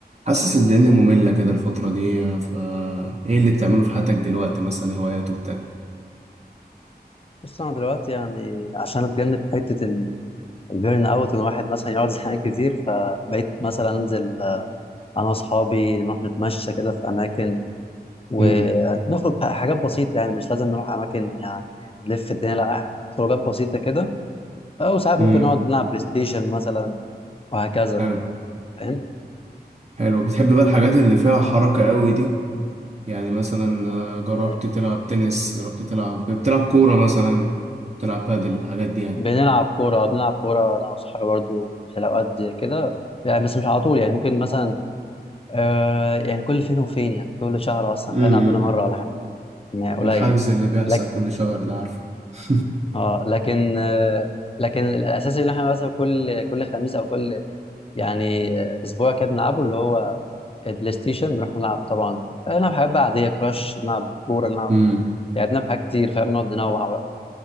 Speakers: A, on the right (about 40°); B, on the left (about 35°).
A: حاسس الدنيا مملة كده الفترة دي فا ايه اللي بتعمله في حياتك دلوقتي مثلا هوايات وبتاع
B: بص انا دلوقتي يعني عشان اتجنب حته ال- البيرن اوت ان واحد مثلا يقعد زهقان كتير فبقيت مثلا انزل آه، انا واصحابي نروح نتمشى كده في اماكن ونخرج
A: امم
B: ح- حاجات بسيطه يعني مش لازم نروح اماكن يعني نلف الدنيا لا خروجات بسيطه كده او ساعات ممكن
A: امم
B: نقعد نلعب بلاي ستيشن مثلا وهكذا
A: حلو
B: فاهم
A: حلو بتحب بقى الحاجات اللي فيها حركة قوي دي يعني مثلا آه، جربت
B: مم.
A: تلعب تنس جربت تلعب بتلعب كورة مثلا تلعب بادل الحاجات دي يعني
B: بنلعب كوره بنلعب كوره انا واصحابي برضو في الاوقات دي كده يعني بس مش على طول يعني ممكن مثلا آه يعني كل فين وفين يعني كل شهر اصلا
A: امم
B: فعلا قبلنا مره ولا حاجه ما قليل
A: الحجز اللي بيحصل
B: لك
A: كل شهر ده عارفه <laughs>
B: اه لكن آه لكن الاساس اللي احنا مثلا كل كل خميس او كل يعني آه، اسبوع كده بنلعبه اللي هو البلاي ستيشن بنروح نلعب طبعا نلعب حاجات بقى عاديه كراش نلعب كوره نلعب
A: امم
B: لعبنا بحاجات كتير فاهم نقعد ننوع بقى